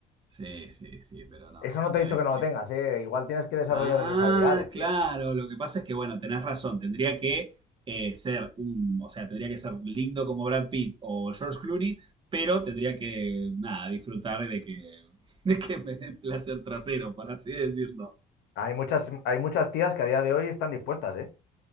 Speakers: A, on the right; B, on the left.
A: Sí, sí, sí, pero no,
B: Eso no
A: ¿sabes
B: te he dicho que no
A: qué?
B: lo tengas, ¿eh? Igual tienes que desarrollar
A: Ah,
B: otras habilidades,
A: claro,
B: tío.
A: lo que pasa es que, bueno, tenés razón, tendría que eh, ser un. O sea, tendría que ser lindo como Brad Pitt o George Clooney, pero tendría que, nada, disfrutar de que, <laughs> de que me den placer trasero, por así decirlo.
B: Hay muchas, hay muchas tías que a día de hoy están dispuestas, ¿eh?